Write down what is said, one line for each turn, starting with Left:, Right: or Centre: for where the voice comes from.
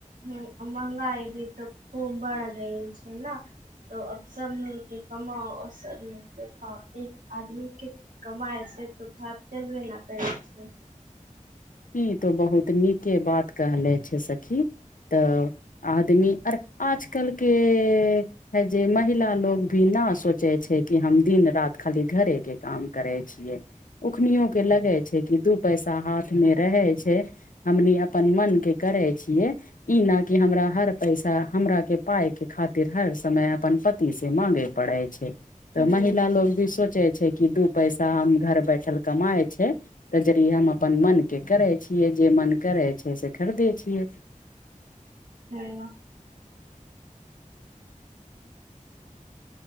Right: हूँ महगाई भी तऽ खूब बड़ गइ छै न तो अब सब मिलके कमाओ आ सब मिल के खाओ एक आदमी के कमाइ छै तऽ घर चलबे नहि करै छै
Left: ई तऽ बहुत नीके बात कहले छै सखी तऽ आदमी आजकल के हे जे महिला लोग भी ना सोचे छै कि हम दिन राति खाली घरे के काम करै छियै उखनो के लगै छै कि दू पैसा हाथ मे रहे छै हमनी अपन मनके करै छियै ई न कि हमरा हर पैसा हमरा के पाई के खातिर हर समय अपन पति से मांगे पढै छै तऽ
Right: हूँ
Left: महिला लोग भी सोच सोचे छै कि दू पैसा हम घर बैठल कमाइ छै त जरी हम अपन मन के करै छियै जे मन करै छै से खरीदे छियै
Right: नै न